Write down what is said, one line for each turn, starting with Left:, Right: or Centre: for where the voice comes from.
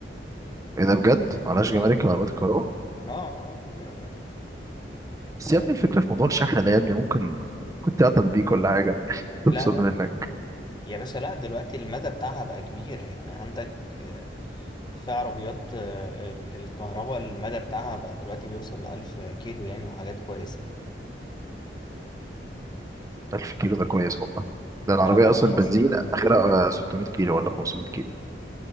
Right: ايه ده بجد معلهاش
Left: اه
Right: جمارك
Left: يعني
Right: وعربيات الكهرباء
Left: اه آه، آه، زيرو جمارك
Right: بس
Left: آه
Right: يا ابني الفكرة في موضوع الشحن ده يا ابني ممكن كنت اعطل بيك ولا حاجة تفصل
Left: لا لا
Right: منك
Left: يا باشا لا دلوقتي المدى بتاعها بقى كبير يعني عندك آه، في عربيات آه، ال- الكهرباء المدى بتاعها بقى دلوقتي بيوصل لألف كيلو يعني وحاجات كويسة آه،
Right: 1000 كيلو ده كويس والله ده العربية
Left: لا لا ومصر
Right: أصلا بنزين آخرها آه، 600 كيلو ولا 500 كيلو